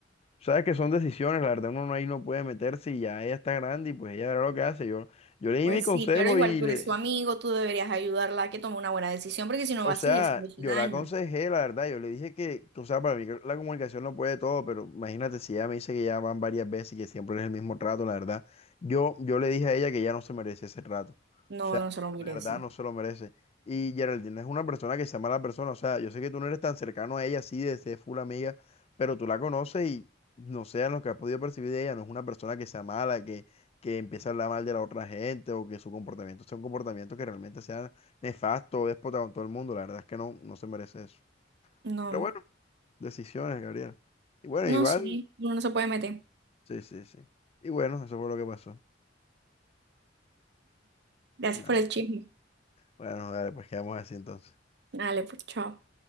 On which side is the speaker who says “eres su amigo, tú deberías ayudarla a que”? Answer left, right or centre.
Right